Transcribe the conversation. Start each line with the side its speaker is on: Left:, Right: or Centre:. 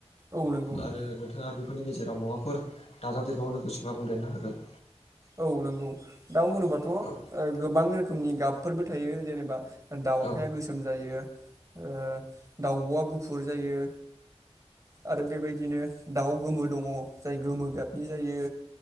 Right: औ नंगौ नोंथां
Left: आरो नोंथाङा बेफोरनि गेजेराव <unintelligible> मुवाफोर दाज देरबावनो गोसोबा बुंदेरनो हागोन।
Right: औ नंगौ। दाउ होनोबाथ' ओ
Left: औ
Right: गोबां रोखोमनि गाब फोरबो थायो जेनेबा दाउखाया
Left: औ
Right: गोसोम जायो। ओ दाउब'आ गुफुर जायो आरो बेबायदिनो दाउ गोमो दङ जाय गोमो गाबनि जायो